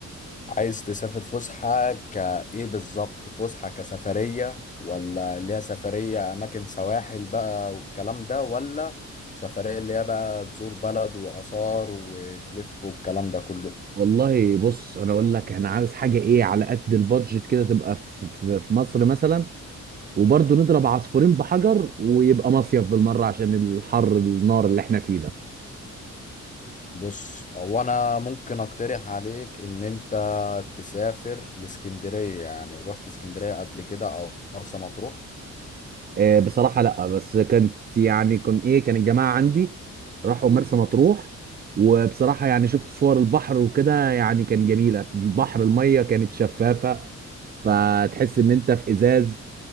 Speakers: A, on the left; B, on the right.
A: عايز تسافر فسحة كإيه بالظبط فسحة كسفرية ولا اللي هي سفرية أماكن سواحل بقى والكلام ده ولا سفرية اللي هي بقى تزور بلد وآثار وتلف والكلام ده كله
B: والله بص انا اقول لك احنا عاوز حاجه ايه على قد البادجت كده تبقى في في في مصر مثلا وبرضه نضرب عصفورين بحجر ويبقى مصيف بالمره عشان الحر النار اللي احنا فيه ده
A: بص هو أنا ممكن أقترح عليك إن أنت تسافر لإسكندرية يعني رحت إسكندرية قبل كده أو مرسى مطروح
B: آه، بصراحه لا بس كانت يعني كان ايه كان الجماعه عندي راحوا مرسى مطروح وبصراحه يعني شفت صور البحر وكده يعني كان جميله البحر الميه كانت شفافه فتحس ان انت في ازاز